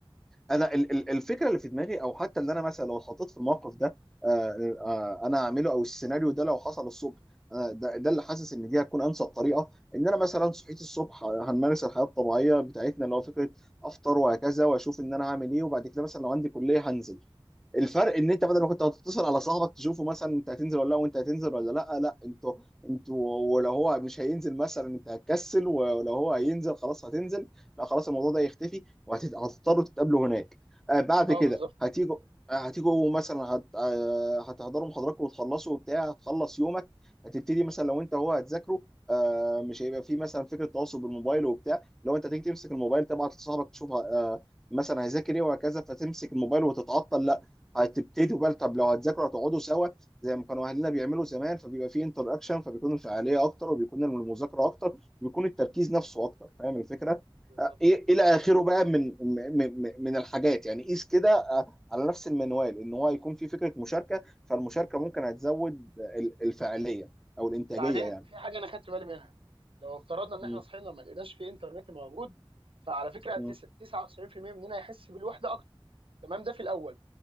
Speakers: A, in the centre; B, on the right (about 75°).
A: انا ال- ال- الفكره اللي في دماغي او حتى اللي انا مثلا لو اتحطيت في الموقف ده آه، آه، انا هعمله او السيناريو ده لو حصل الصبح آه، ده ده اللي حاسس ان دي هتكون انسب طريقه ان انا مثلا صحيت الصبح آه، هنمارس الحياه الطبيعيه بتاعتنا اللي هو فكره افطر وهكذا واشوف ان انا هعمل ايه وبعد كده مثلا لو عندي كليه هنزل الفرق ان انت بدل ما كنت هتتصل على صاحبك تشوفه مثلا انت هتنزل ولا لا وانت هتنزل ولا لا لا انتوا انتوا ولو هو مش هينزل مثلا انت هتكسل ولو هو هينزل خلاص هتنزل لا خلاص الموضوع ده يختفي وهتضطروا تتقابلوا هناك آه بعد
B: اه
A: كده
B: بالظبط
A: هتيجوا آه، هتيجوا مثلا هت... آه، هتحضروا محاضراتكم وتخلصوا وبتاع هتخلص يومك هتبتدي مثلا لو انت هو هتذاكره آه، مش هيبقى في مثلا فكره تواصل بالموبايل وبتاع لو انت تيجي تمسك الموبايل تبعت لصاحبك تشوف آه، مثلا هيذاكر ايه وهكذا فتمسك الموبايل وتتعطل هتبتدوا بقى طب لو هتذاكروا هتقعدوا سوا زي ما كانوا اهلنا بيعملوا زمان فبيبقى في انتر اكشن فبيكون الفعاليه اكتر وبيكون المذاكره اكتر وبيكون التركيز نفسه اكتر فاهم الفكره؟
B: بالظبط
A: آه، ايه الى
B: بالظبط
A: اخره بقى من من من من الحاجات يعني قيس كده آه، على نفس المنوال ان هو هيكون في فكره مشاركه فالمشاركه ممكن هتزود ال- الفعاليه او الانتاجيه
B: بعدين
A: يعني
B: في حاجه انا خدت بالي منها لو افترضنا ان
A: مم.
B: احنا صحينا ما لقيناش في انترنت موجود فعلى فكره
A: مم.
B: تس- 99% مننا هيحس بالوحده اكتر تمام ده في الاول